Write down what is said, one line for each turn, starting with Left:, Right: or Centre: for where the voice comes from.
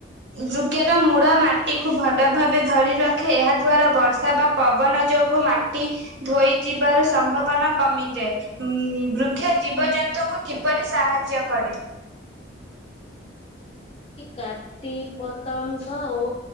Right: ବୃକ୍ଷର ମୂଳ ମାଟି କୁ ଭଲ ଭାବେ ଧରି ରଖେ ଏହା ଦ୍ଵାରା ବର୍ଷା ବା ପବନ ଯୋଗୁ ମାଟି ଧୋଇ ଯିବାର ସମ୍ଭାବନା କମିଯାଏ ବୃକ୍ଷ ଜୀବଜନ୍ତୁଙ୍କୁ କିପରି ସାହାଯ୍ୟ କରେ
Left: କା ଟି ପତଙ୍କ ଓ